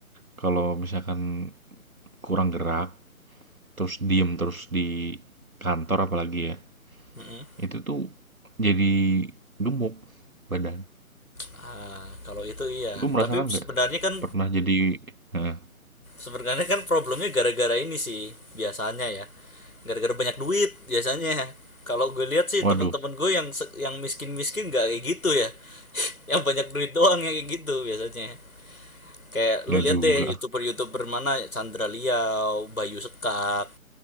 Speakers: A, on the right; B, on the left.
A: kalau misalkan kurang gerak, terus diem terus di kantor apalagi ya,
B: mm-mm.
A: itu tuh jadi gemuk badan.
B: Ah, kalau itu iya.
A: Lu merasakan
B: Tapi sebenarnya
A: nggak?
B: kan
A: Pernah jadi heeh,
B: sebenarnya kan problemnya gara-gara ini sih biasanya ya gara-gara banyak duit biasanya kalau gue lihat sih
A: waduh,
B: temen-temen gue yang se- yang miskin-miskin gak kayak gitu ya <laughs> yang banyak duit doang yang kayak gitu biasanya kayak lu
A: nggak
B: lihat
A: juga
B: deh youtuber-youtuber mana Chandra Liau Bayu Sekak